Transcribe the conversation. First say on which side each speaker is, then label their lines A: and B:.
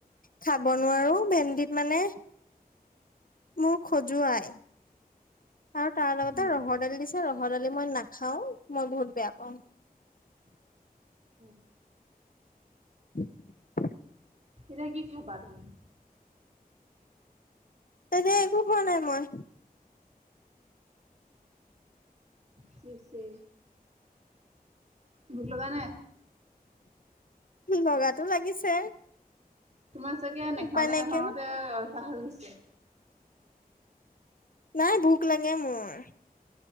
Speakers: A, on the left; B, on the right.
A: খাব নোৱাৰো ভেন্দিত মানে মোক খজুৱাই আৰু তাৰ লগতে
B: উম
A: ৰহৰ দালি দিছে ৰহৰ দালি মই নাখাও, মই বহুত বেয়া পাওঁ।
B: উম।
A: <inaudible>
B: এতিয়া কি খাবা তুমি?
A: তেনে একো হোৱা নাই মই।
B: চিচি ভোক লগা নাই?
A: বগাটো লাগিছে।
B: তোমাৰ চাগে নেখাওঁতে-নেখাওঁতে
A: উপায় নাইকিয়া
B: অভ্যাস হৈ গৈছে।
A: নাই ভোক লাগে মোৰ।